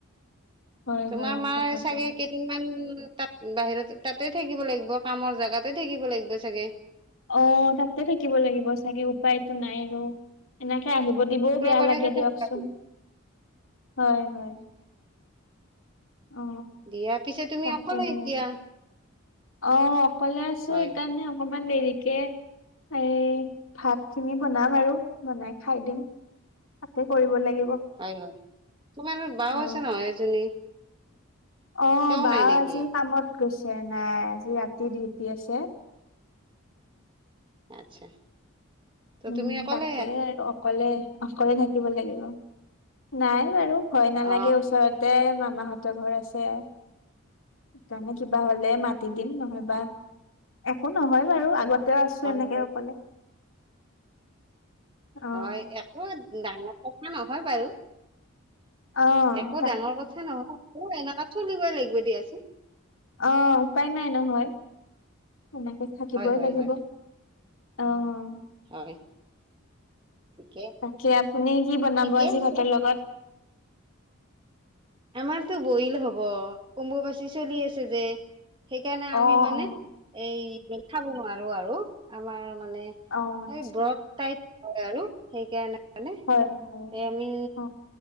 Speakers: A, on the left; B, on the right.
A: হয়
B: তোমাৰ
A: হয়
B: মাৰ
A: কথাটো
B: চাগে কেইদিনমান বাহিৰতে তাতে থাকিব লাগিব কামৰ জাগাতে থাকিব লাগিব চাগে।
A: অ', তাতে থাকিব লাগিব চাগে উপায়তো নাই আৰু এনেক আহিব দিবও
B: শুক্ৰবাৰেহে
A: বেয়া লাগে দিয়কচোন
B: চাগে
A: হয় হয়। অ
B: দিয়া পিছে তুমি
A: তাকেহে
B: অকলে এতিয়া।
A: অ', অকলে আছো
B: হয়
A: সেইকাৰণে
B: হয়
A: অকমান দেৰিত তাকে এই ভাত খিনি বনাম আৰু বনাই খাই দিম। তাকে কৰিব লাগিব।
B: হয় হয় তোমাৰ বাও
A: অ
B: আছে নহয় এজনী।
A: অ',
B: তেওঁ
A: বাৰ
B: নাই নেকি
A: আজি কামত গৈছে নাই আজি ৰাতি ডিউটি আছে।
B: আচ্ছা। ত
A: উম
B: তুমি অকলে
A: তাকে আৰু অকলে অকলে থাকিব লাগিব, নাই বাৰু। ভ নালাগে
B: অ
A: ওচৰতে মামাহতৰ ঘৰ আছে। সেইকাৰণে কিবা হলে মাতি দিম নহয়বা একো নহয় বাৰু আগতে আছো
B: হয়
A: এনেকে
B: হয়
A: অকলে। অ
B: হয় একো ডাঙৰ কথা নহয় বাৰু।
A: অ
B: একো
A: তাকে
B: ডাঙৰ কথা নহয় অ এনেকুৱা চলিবই লাগিব দিয়াচোন।
A: অ উপায় নাই নহয় সনেকে থাকিবই
B: হয় হয়
A: লাগিব।
B: হয়
A: অ'।
B: হয় ঠিকে
A: তাকে আপুনি কি বনাব
B: ঠিকে
A: আজি
B: আছে
A: ভাতৰ লগত।
B: আমাৰতো বইল হব কম্্ববাচী চলি আছে যে সেইকাৰণে
A: অ
B: আমি মানে
A: অ
B: এই খাব নোৱাৰো আৰু আমাৰ মানে
A: অ আচ্ছা
B: এই ব্ৰত টাইপ হয় আৰু সেইকাৰণে। হয়নে সে
A: হয় হয়
B: আমি
A: অ